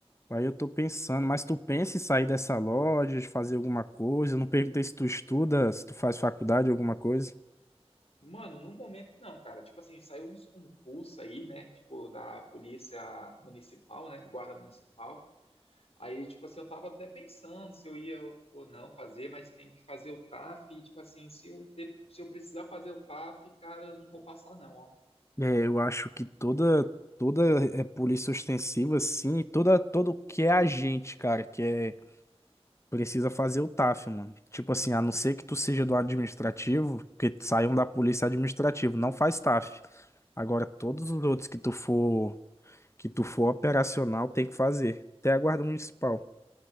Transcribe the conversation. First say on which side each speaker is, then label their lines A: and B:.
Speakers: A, on the left (about 25°); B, on the left (about 70°).
A: Aí eu tô pensando, mas tu pensa em sair dessa loja, de fazer alguma coisa? Eu não perguntei se tu estuda, se tu faz faculdade, alguma coisa.
B: Mano, no momento não, cara. Tipo assim, saiu uns concursos aí, né? Tipo, da polícia municipal, né? Guarda municipal. Aí, tipo assim, eu tava até pensando se eu ia ou não fazer, mas tem que fazer o TAF. E, tipo assim, se eu, ter- se eu precisar fazer o TAF, cara, eu não vou passar, não, ó.
A: É, eu acho que toda toda é polícia ostensiva, assim, e toda todo que é agente, cara, que é Precisa fazer o TAF, mano. Tipo assim, a não ser que tu seja do administrativo, que saiam da polícia administrativa, não faz TAF. Agora, todos os outros que tu for, que tu for operacional, tem que fazer. Até a guarda municipal.